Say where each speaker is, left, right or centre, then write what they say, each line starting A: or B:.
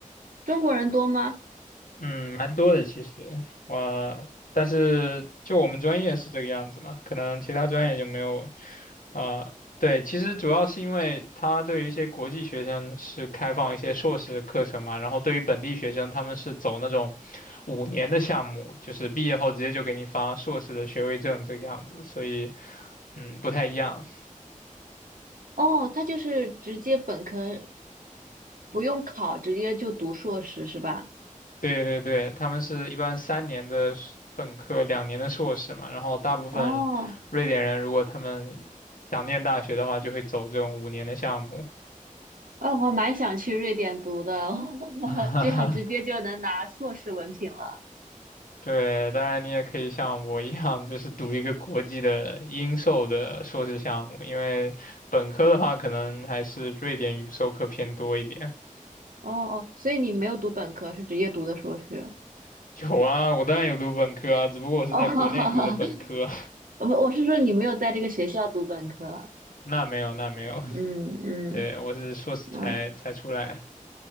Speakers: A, on the right; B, on the left.
A: 中国人多吗？
B: 嗯，蛮多的其实，我，但是就我们专业是这个样子嘛，可能其他专业就没有啊，对，其实主要是因为他对于一些国际学生是开放一些硕士课程嘛，然后对于本地学生他们是走那种五年的项目，就是毕业后直接就给你发硕士的学位证这个样子，所以嗯不太一样。
A: 哦，他就是直接本科不用考，直接就读硕士是吧？
B: 对对对，他们是一般三年的硕本科，两年的硕士嘛。然后大部分瑞典人，
A: 哦，
B: 如果他们想念大学的话，就会走这种五年的项目。
A: 哎，我还蛮想去瑞典读的，<laughs>
B: <laughs>
A: 这样直接就能拿硕士文凭了。
B: 对，当然你也可以像我一样，就是读一个国际的英授的硕士项目，因为本科的话，可能还是瑞典语授课偏多一点。
A: 哦哦，所以你没有读本科，是直接读的硕士。
B: <laughs> 有啊，我当然有读本科啊，只不过我是在国内读的本科。
A: 哦，<laughs> 我我是说你没有在这个学校读本科。
B: <laughs> 那没有，那没有，<laughs>
A: 嗯嗯
B: 对，我是硕士才才出来。
A: 啊，